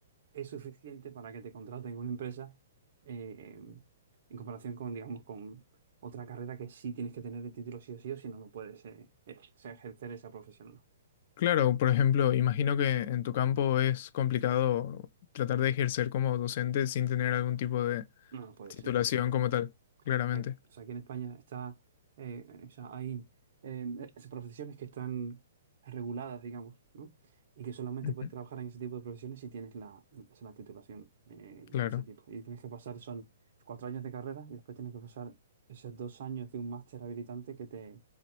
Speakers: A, on the right; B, on the left.
A: es suficiente para que te contraten en una empresa eh, em, en comparación con, digamos, con otra carrera que sí tienes que tener el título sí o sí o si no, no puedes eh, eh, o sea, ejercer esa profesión.
B: Claro, por ejemplo, imagino que en tu campo es complicado tratar de ejercer como docente sin tener algún tipo de
A: No, no no puedes,
B: titulación
A: es imposible.
B: como tal, claramente.
A: Aquí o sea, aquí en España está, eh, eh, o sea, hay eh, es- profesiones que están reguladas, digamos, ¿no? Y que solamente
B: Ujú.
A: puedes trabajar en ese tipo de profesiones si tienes la, o sea, la titulación eh, de
B: Claro.
A: ese tipo. Y tienes que pasar, son cuatro años de carrera y después tienes que pasar esos dos años de un máster habilitante que te,